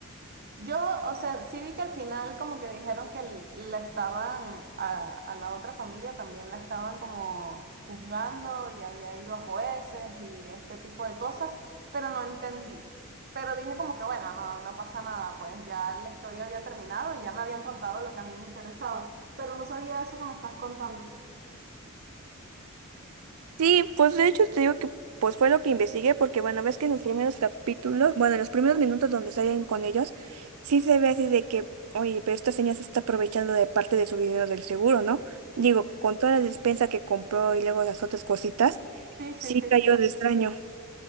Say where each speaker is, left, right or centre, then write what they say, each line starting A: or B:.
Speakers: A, on the right; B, on the right.
A: Yo, o sea, sí vi que al final como que dijeron que l- la estaban, a, a la otra familia también la estaban como juzgando y había ido a jueces y este tipo de cosas, pero no entendí. Pero dije como que bueno, no, no pasa nada, pues ya la historia había terminado y ya me habían contado lo que a mí me interesaba, pero no sabía eso que me estás contando.
B: Sí, pues de hecho te digo que pues fue lo que investigué porque bueno, ves que en los primeros capítulos, bueno, en los primeros minutos donde salen con ellos, sí se ve así de que, oye, pero esta señora se está aprovechando de parte de su dinero del seguro, ¿no? Digo, con toda la despensa que compró y luego las otras cositas,
A: Sí, sí,
B: sí
A: sí,
B: cayó
A: sí.
B: de extraño.